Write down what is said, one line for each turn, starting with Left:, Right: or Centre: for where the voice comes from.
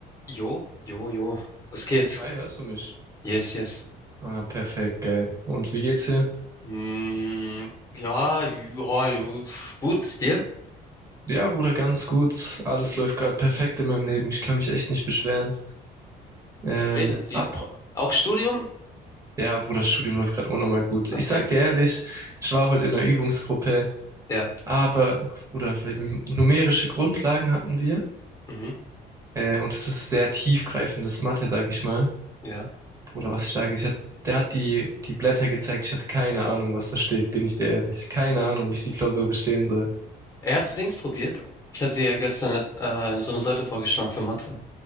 Left: Jo, jo, jo. Was geht?
Right: Hi, hörst du mich?
Left: Yes, yes.
Right: Ah, perfekt, geil. Und wie geht's dir?
Left: Hm, ja, ja, jo, gut, dir?
Right: Ja, Bruder, ganz gut. Alles läuft gerade perfekt in meinem Leben. Ich kann mich echt nicht beschweren. Ähm,
Left: Was redet? Wie?
Right: ab,
Left: Auch Studium?
Right: ja, Bruder, das Studium läuft gerade unnormal gut. Ich
Left: Okay,
Right: sag dir ehrlich, ich war heute in der Übungsgruppe,
Left: ja.
Right: aber, Bruder, wir- numerische Grundlagen hatten wir.
Left: Mhm,
Right: Äh, und es ist sehr tiefgreifendes Mathe, sag ich mal.
Left: ja.
Right: Bruder, was ich sage, ich hat, der hat die, die Blätter gezeigt. Ich hatte keine Ahnung, was da steht, bin ich dir ehrlich. Keine Ahnung, wie ich die Klausur bestehen soll.
Left: Ey, Hast du Dings probiert? Ich hatte dir ja gestern äh, so eine Seite vorgeschlagen für Mathe.